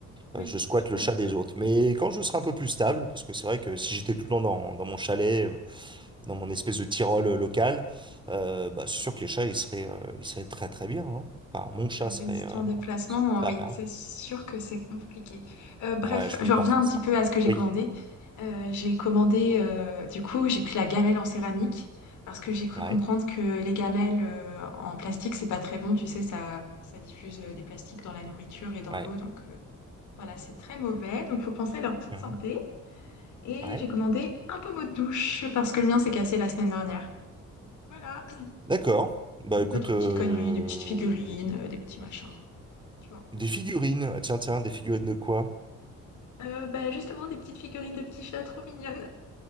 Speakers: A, on the left (about 75°); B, on the right (about 15°).
A: Oui,
B: Euh, je squatte
A: je comprends.
B: le chat des autres. Mais quand je serai un peu plus stable, parce que c'est vrai que si j'étais tout le temps dans, dans mon chalet, euh, dans mon espèce de Tyrol euh, local, euh, bah, c'est sûr que les chats ils seraient, euh, ils seraient très très bien. Hein. Enfin, mon chat
A: Ouais,
B: serait,
A: mais si
B: euh,
A: en déplacement,
B: se porterait
A: euh, oui,
B: à merveille.
A: c'est sûr que c'est compliqué. Euh, bref,
B: Ouais, je suis
A: je reviens
B: parti
A: un
B: de
A: petit
B: ça.
A: peu à ce que j'ai
B: Oui,
A: commandé. Euh, j'ai commandé, euh, du coup, j'ai pris la gamelle en céramique parce que j'ai cru
B: <laughs> ouais,
A: comprendre que les gamelles euh, en plastique, c'est pas très bon. Tu sais, ça, ça diffuse euh, des plastiques dans la nourriture et dans
B: ouais,
A: l'eau, donc euh, voilà, c'est très mauvais. Donc, faut penser à leur petite
B: Mhm.
A: santé. Et
B: ouais.
A: j'ai commandé un pommeau de douche parce que le mien s'est cassé la semaine dernière. Voilà.
B: D'accord. Bah
A: Et
B: écoute,
A: d'autres
B: euh,
A: petites conneries, des petites figurines, euh, des petits machins, tu vois.
B: des figurines. Ah, tiens, tiens, des figurines de quoi?
A: Euh, bah, justement, des petites figurines de petits chats trop mignonnes.